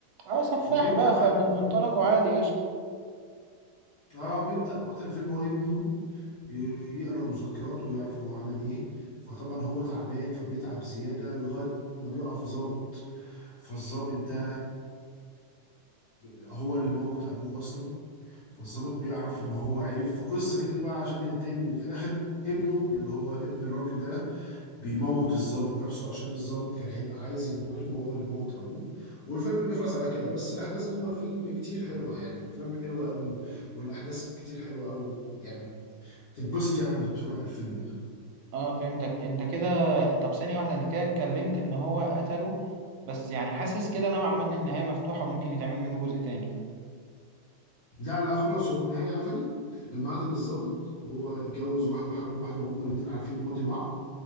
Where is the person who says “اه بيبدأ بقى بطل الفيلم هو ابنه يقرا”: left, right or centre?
Left